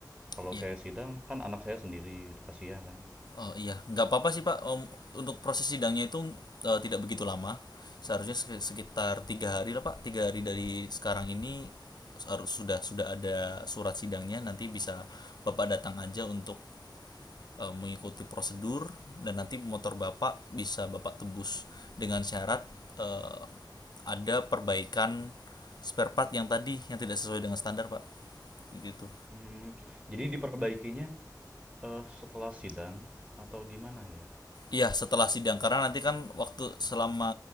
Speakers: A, on the right; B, on the left.
A: Kalau
B: Iya,
A: saya
B: Pak.
A: sidang kan anak saya sendiri gitu, kasihan kan.
B: Oh iya, nggak apa-apa sih Pak. Om, untuk proses sidangnya itu eh, tidak begitu lama. Seharusnya sek- sekitar tiga hari lah Pak. Tiga hari dari sekarang ini harus sudah sudah ada surat sidangnya. Nanti bisa Bapak datang aja untuk eh, mengikuti prosedur dan nanti motor Bapak bisa Bapak tebus dengan syarat eh, ada perbaikan spare part yang tadi yang tidak sesuai dengan standar Pak. Begitu.
A: Hmm, jadi diperbaikinya eh, setelah sidang atau gimana ya?
B: Iya, setelah sidang karena nanti kan waktu selama